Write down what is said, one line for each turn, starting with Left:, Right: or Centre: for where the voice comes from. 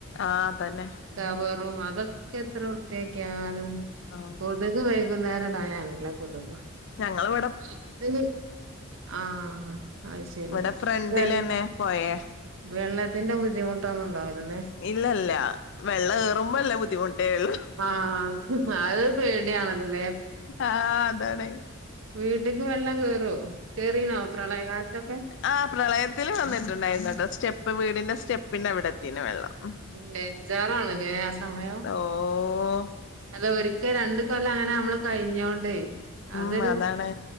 Left: ആഹ് തന്നെ
Right: കവറും അതൊക്കെ എത്ര വൃത്തിയാക്കിയാലും.
Left: ആഹ്.
Right: ഇവൽക്ക് വൈകുന്നേരാണ്ടായാ നല്ല പുതുമ.
Left: ഞങ്ങളവട
Right: <unintelligible> ആഹ് അഹ് ശരി.
Left: ഇവിടെ ഫ്രണ്ടിലന്നെ
Right: വെ
Left: പൊയേ
Right: വെള്ളത്തിന്റെ ബുദ്ധിമുട്ടൊന്നും ഉണ്ടാവൂല്ല ലെ.
Left: ഇല്ലല്ല. വെള്ള ഏറുമ്പല്ലെ ബുദ്ധിമുട്ടേള്ളു.
Right: ആഹ് അത് പേടിയാണല്ലേ
Left: ആഹ് അതാണെ.
Right: വീട്ടിക്ക് വെള്ളം കേറോ കേറീന്നോ പ്രളയകാലത്തൊക്കെ
Left: ആ പ്രളയത്തില് വന്നിട്ടുണ്ടായിരുന്നട്ടോ സ്റ്റെപ്പ് വീടിന്റെ സ്റ്റെപ്പിന്റെ അവിടെത്തീന്ന്‌ വെള്ളം
Right: ബെജ്ജാറാണിലേ ആ സമയം
Left: ഓഹ്
Right: അല്ല ഒരിക്കെ രണ്ട് കൊല്ലം അങ്ങനെ നമ്മള് കഴിഞ്ഞോണ്ടേ
Left: ഉം
Right: അതൊരു
Left: അതാണ്